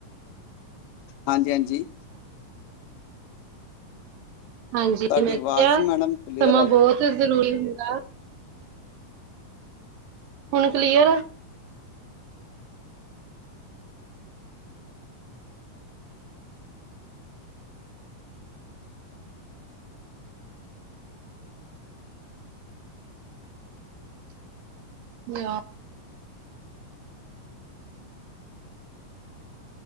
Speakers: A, on the left; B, on the right.
A: ਹਾਂਜੀ।
B: ਹਾਂਜੀ,
A: ਤੁਹਾਡੀ
B: ਮੈਂ
A: ਆਵਾਜ਼
B: ਕਿਆ
A: ਮੈਡਮ ਕਲੀਅਰ
B: ਸਮਾਂ
A: ਆਏ
B: ਬਹੁਤ ਜ਼ਰੂਰੀ ਹੁੰਦਾ। ਹੁਨ ਕਲੀਅਰ ਆ। <unintelligible>